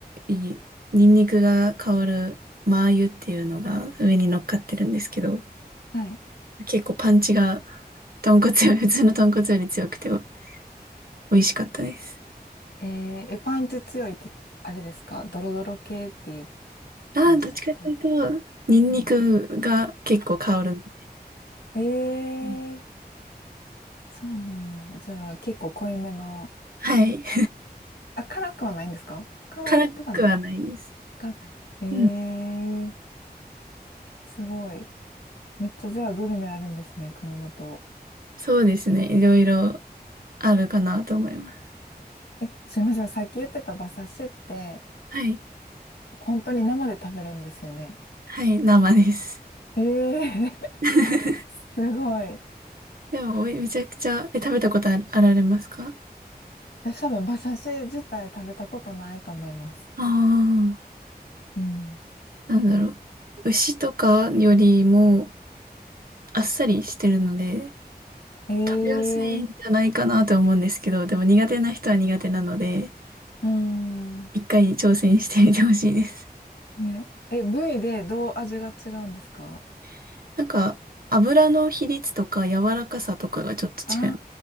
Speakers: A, on the right; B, on the left.
A: いニンニクが香るマー油っていうのが上に乗っかってるんですけど、
B: はい。
A: 結構パンチが豚骨より、<laughs> 普通の豚骨より強くてお美味しかったです。
B: えー、え、パンチ強いってあれですかドロドロ系っていう
A: ああ、
B: 感じですか
A: どっちかというと、ニンニクが結構香る。
B: うん。あえ
A: うん
B: ー、そうなんや。じゃあ結構濃いめの。
A: はい。
B: あ、辛くはないんですか辛いとかない。
A: <laughs> 辛くはないです。
B: 辛くはない。えー、
A: うん。
B: すごい。めっちゃじゃあグルメあるんですね、熊本。
A: そうですね。いろいろあるかなと思います。
B: え、すいません。さっき言ってた馬刺しって、
A: はい。
B: 本当に生で食べるんですよね。
A: はい、生です。
B: ええー、
A: <laughs>
B: <laughs> すごい。
A: でも、おいめちゃくちゃ、え、食べたことあるあられますか
B: 私多分馬刺し自体食べたことないと思います。
A: ああー。
B: うん。
A: なんだろう。牛とかよりもあっさりしてるので、
B: ええ
A: 食べやすいんじゃないかなと思うんですけど、でも苦手な人は苦手なので、
B: ー、うん。
A: 一回挑戦してみてほしいです。
B: ね。え、部位でどう味が違うんですか
A: <laughs> なんか、油の比率とか柔らかさとかがちょっと違う。
B: あ